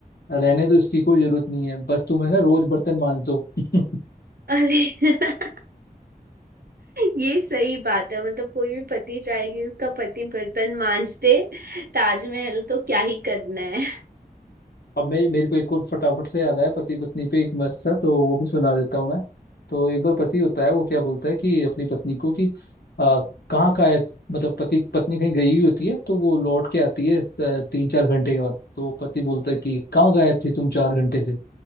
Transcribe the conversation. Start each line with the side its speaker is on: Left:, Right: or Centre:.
Left: रहने दो इसकी कोई जरूरत नहीं है बस तुम है ना रोज बर्तन मांज दो <laughs>
Right: अरे <laughs> ये सही बात है मतलब कोई भी पति चाहेगी उसका पति बर्तन मांज दे ताजमहल तो क्या ही करना है
Left: अब मैं मेरे को एक और फटाफट से याद आया पति पत्नी पे एक मस्त सा तो वो भी सुना देता हूँ मैं तो एक बार पति होता है वो क्या बोलता है कि अपनी पत्नी को कि आ, कहाँ का है मतलब पति पत्नी कहीं गई हुई होती है तो वो लौट के आती है अ, तीन चार घंटे के बाद तो पति बोलता है कि कहाँ गायब थी तुम चार घंटे से